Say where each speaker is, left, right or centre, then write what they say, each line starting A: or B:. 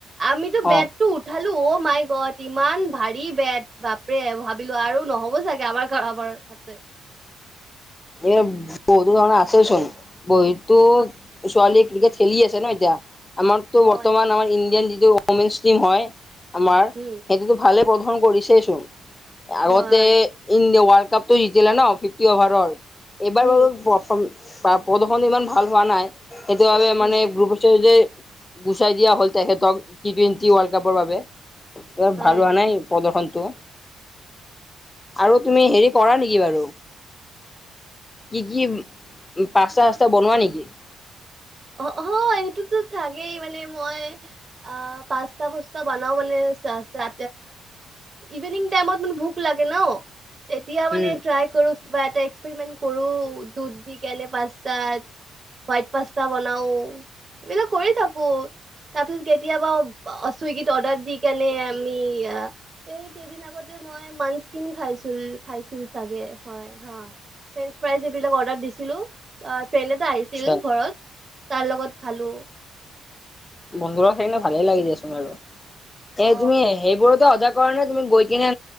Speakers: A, on the right (about 35°); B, on the left (about 20°).
A: আমিতো বেটটো
B: অ
A: উঠালো অ মাই গট ইমান ভাৰী বেট- বাপৰে ভাবিলো আৰু নহ'ব চাগে আমাৰ ঘাৰ হাতে
B: এই বহুতো ধৰণৰ আছে চোন, বহুতো
A: হয়
B: ছোৱালীয়ে ক্ৰিকেট খেলি আছে ন এতিয়া আমাৰতো
A: হয়
B: বৰ্তমান আমাৰ ইণ্ডিয়ান যিটো উমেন্চ টিম হয় আমাৰ
A: উম
B: সেইটোতো ভালে প্ৰৰ্ফম কৰিছে চোন। ‌আগতে
A: হয়
B: ইনৱাক কাপটো জিকিলে ন ফিফটি অভাৰৰ, এইবাৰো
A: উম
B: প্ৰৰ্ফম প্ৰদৰ্শন ইমান ভাল হোৱা নাই সেইটোবাবে
A: উম
B: মানে গ্ৰুপচ যে গুচাই দিয়া হল তেখেতক টি টুৱেন্টি ৱৰ্ল্ড কাপৰ বাবে।
A: হয়
B: ভাল হোৱা নাই প্ৰদৰ্শনটো।
A: ঠিক
B: আৰু তুমি
A: ঠিক
B: হেৰি কৰা নেকি বাৰু? কি কি পাস্তা চাস্তা বনোৱা নেকি?
A: অ অ সেইটোতো থাকেই মানে মই অ পাস্তা পোস্তা বনাবলে ৰা ইভিনিং টাইমত মানে ভোক লাগে ন তেতিয়া মানে
B: উম
A: ট্ৰাই কৰো। বা এটা এক্সপেৰিমেট কৰো দুধ দি কেনে পাস্তা হোৱাইট পা তা বনাও এইবিলাক কৰি থাকো। তাৰ পিছত কেতিয়াবা চুইগিত অৰ্ডাৰ দি কেনে আমি এই কেইদিন আগতে মই মাঞ্চ কিনি খাইছিল খাইছিল চাগে হয় হা ফ্ৰেঞ্চ ফ্ৰাইজ এইবিলাক অৰ্ডাৰ দিছিলো। ফ্ৰেণ্ড এটা আহিছিল
B: আচ্ছা
A: ঘৰত তাৰ লগত খালো
B: বন্ধুৰ লগত খাই কিনে ভালে লাগে দিয়া চোন বাৰু।
A: অ
B: এ তুমি সেইবোৰতে অৰ্ডাৰ কৰা নে? তুমি গৈ কিনে